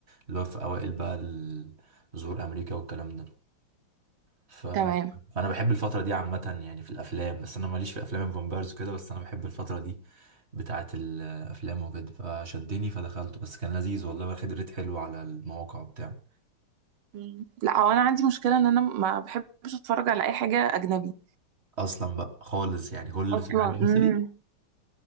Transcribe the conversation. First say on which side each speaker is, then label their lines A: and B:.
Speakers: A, on the right (about 30°); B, on the right (about 75°).
A: اللي هو في أوائل بقى ال- ظهور أمريكا والكلام ده ف...
B: تمام
A: فانا بحب الفتره دي عامه يعني في الافلام بس انا ماليش في افلام الفامبيرز كده بس انا بحب الفتره دي بتاعه الافلام وكده فشدني فدخلته بس كان لذيذ والله واخد ريت حلو على المواقع بتاع
B: مم. لا هو انا عندي مشكله ان انا ما بحبش اتفرج على اي حاجه اجنبي
A: اصلا بقى خالص يعني كل اللي
B: اصلا
A: بتقول عليه
B: امم
A: مصري